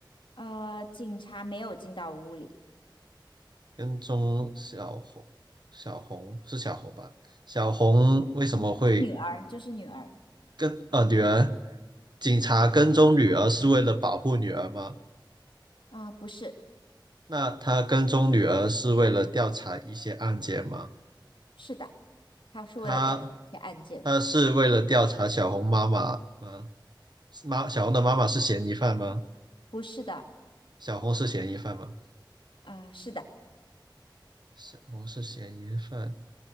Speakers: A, on the left (about 80°); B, on the right (about 60°).
A: 呃，警察没有进到屋里，
B: 跟踪小红，小红是小红吧？小红为什么会
A: 嗯就是女儿，就是女儿。
B: 跟呃女儿，警察跟踪女儿是为了保护女儿吗？
A: 啊、不是，
B: 那他跟踪女儿是为了调查一些案件吗？
A: 是的，他是为了调查一些案件，
B: 他他是为了调查小红妈妈吗？妈，小红的妈妈是嫌疑犯吗？
A: 不是的，
B: 小红是嫌疑犯吗？
A: 啊，是的，
B: 小红是嫌疑犯。